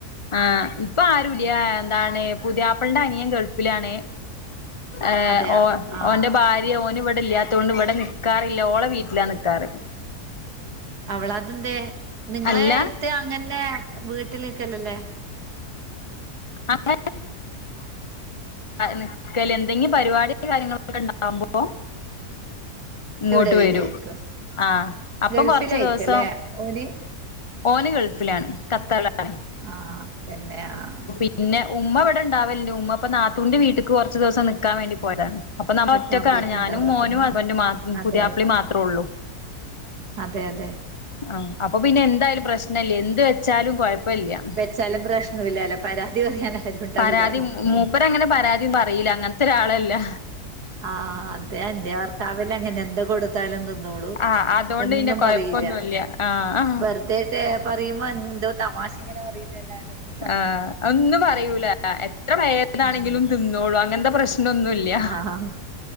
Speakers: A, on the left; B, on the right.
A: ആഹ് ഇപ്പൊ ആരും ഇല്ല്യാ എന്താണ് പുതിയാപ്പൾന്റെ അനിയൻ ഗൾഫിലാണ് യെ
B: അതെയാ
A: ഓ
B: ആഹ്
A: ഓന്റെ ബാര്യാ ഓന് ഇവടെ ഇല്ലാത്തോകൊണ്ട് ഇവടെ നിക്കാറില്ല ഓളെ വീട്ടിലാ നിക്കാറ്
B: അവള് അത് എന്തേ നിങ്ങള്ത്ത്
A: അല്ല
B: അങ്ങനെ വീട്ടില് നിക്കലല്ലേയ്
A: <unintelligible> <unintelligible> നിക്കല്ല് എന്തെങ്കിലും പരിപാടിയും കാര്യങ്ങളൊക്കെ ഇണ്ടാവ്മ്പോ ഇങ്ങോട്ട്
B: ഇവിടെ വരുവായിരിക്കും
A: വരും ആഹ് അപ്പോ
B: ഗൾഫിലായിരിക്കും
A: കൊറച്ച് ദേവസം
B: അല്ലെ ഓന്
A: ഓന് ഗൾഫിലാണ് ഖത്തർലാണ്
B: ആഹ് തന്നെ ആഹ്
A: പിന്നെ ഉമ്മ ഇവടെ ഇണ്ടാവലുണ്ട് ഉമ്മ ഇപ്പോ നാത്തൂന്റെ വീട്ടക്ക് കോറാച്ച് ദി വസം നിക്കാൻ വേണ്ടി പോയതാണ് അപ്പൊ നമ്മ
B: നിക്കാൻ
A: ഒറ്റൊക്കാണ്
B: പോയിട്ടുണ്ടാവും
A: ഞാനും മോനും
B: അതന്നെ
A: ഹാസ്ബൻൻ്റെ മാ
B: അതെ
A: പുതിയാപ്പിളാ മാത്ര ഒള്ളു
B: അതെ അതെ
A: ആഹ് അപ്പൊ പിന്നെ എന്തായാലും പ്രശ്നം ഇല്ല്യാ എന്ത് വെച്ചാലും കൊയാ ഇല്ല്യാ
B: വെച്ചാലും പ്രശ്നമില്ലല്ലോ പരാതി പറയാൻ ആരും ഉണ്ടാവില്ലല്ലോ
A: പരാതി ഉം <unintelligible> മുപ്പര് അങ്ങനെ പരാതിയും പറയില്ലാ അങ്ങനത്തെ ഒരാളല്ലാ
B: ആഹ് അതെ എന്റെ ഭർത്താവും ലെ അങ്ങനെ എന്താ കൊടുത്താലും തിന്നോളൂം
A: ആ അതുകൊണ്ട്
B: ഒന്നും
A: പിന്നെ കൊഴപ്പൊന്നുല്ല
B: പറയില്ല്യാ
A: ആ ആ
B: വെറ്തേ പറയുമ്പോ എന്തോ തമാശേ ഇങ്ങനെ പറയണ്ട് അല്ലാണ്ടൊന്നും
A: ആഹ് ഒന്നും പറയൂല്ലാ എത്ര പായേട്താ
B: ഉം
A: നെങ്കിലും തിന്നോളൂ അങ്ങനത്തെ പ്രശ്നൊന്നു ഇല്ല്യാ
B: ആഹ്